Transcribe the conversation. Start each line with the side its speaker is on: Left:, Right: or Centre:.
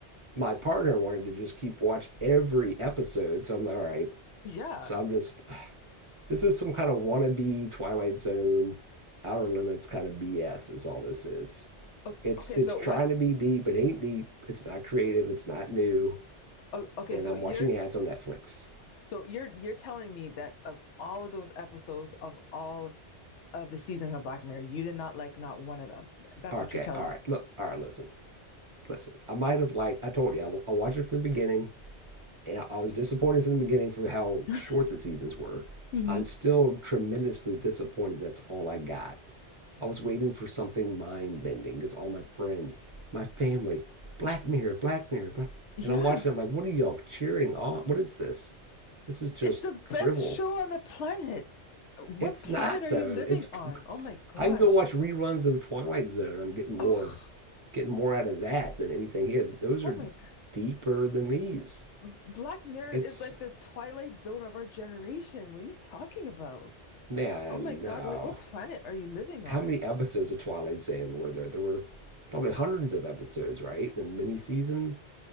Right: my partner wanted to just keep watch every episode. So I'm like, all right.
Left: yeah.
Right: So I'm just, This is some kind of wannabe Twilight Zone, Outer Limits kind of BS. Is all this is.
Left: O-
Right: It's
Left: Okay,
Right: it's
Left: so
Right: trying
Left: what?
Right: to be deep. It ain't deep. It's not creative. It's not new.
Left: o- Okay,
Right: And
Left: so
Right: I'm
Left: you're
Right: watching ads on Netflix.
Left: so you're you're telling me that of all of those episodes of all of the seasons of Black Mirror, you did not like not one of them. That's
Right: Okay,
Left: what you're telling
Right: all
Left: me.
Right: right. Look, all right. Listen, listen. I might have liked. I told you. I, I watched it from the beginning. I was disappointed from the beginning for how
Left: <laughs>
Right: short the seasons were.
Left: hmm
Right: I'm still tremendously disappointed that's all I got. I was waiting for something mind bending because all my friends, my family, Black Mirror, Black Mirror, Black.
Left: Yeah,
Right: And I'm watching, I'm like, what are y'all cheering on? What is this? This is just
Left: it's the best
Right: drivel.
Left: show on the planet. What
Right: It's
Left: planet
Right: not
Left: are
Right: though.
Left: you living
Right: It's
Left: on? Oh my gosh.
Right: I can go watch reruns of Twilight Zone. I'm getting more
Left: Oh,
Right: getting more out of that than anything here. Those
Left: oh
Right: are
Left: my
Right: deeper than these.
Left: Black Mirror
Right: It's
Left: is like the Twilight Zone of our generation. What are you talking about?
Right: man,
Left: Oh my God,
Right: no.
Left: like what planet are you living
Right: how
Left: on?
Right: many episodes of Twilight Zone were there? There were probably hundreds of episodes, right? And many seasons.